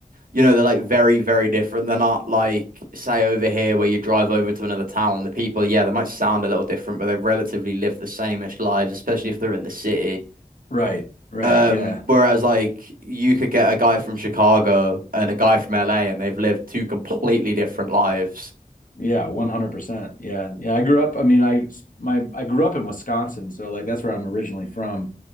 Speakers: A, on the right; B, on the left.
A: You know, they're like very, very different. They're not like, say, over here where you drive over to another town. The people, yeah, they might sound a little different, but they relatively live the same-ish lives, especially if they're in the city.
B: right, right,
A: Um,
B: yeah.
A: whereas like you could get a guy from Chicago and a guy from LA and they've lived two completely different lives.
B: Yeah, 100%. Yeah. Yeah, I grew up, I mean, I my I grew up in Wisconsin, so like that's where I'm originally from.